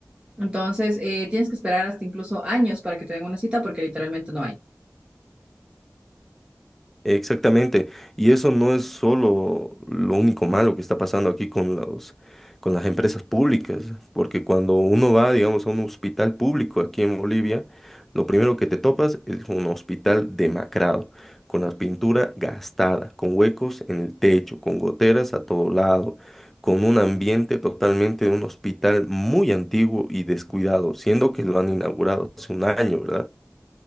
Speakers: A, on the right (about 20°); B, in the centre.
A: entonces, eh, tienes que esperar hasta incluso años para que te den una cita porque literalmente no hay.
B: Exactamente, y eso no es solo lo único malo que está pasando aquí con los, con las empresas públicas, porque cuando uno va, digamos, a un hospital público aquí en Bolivia, lo primero que te topas es un hospital demacrado, con la pintura gastada, con huecos en el techo, con goteras a todo lado, con un ambiente totalmente de un hospital muy antiguo y descuidado, siendo que lo han inaugurado hace un año, ¿verdad?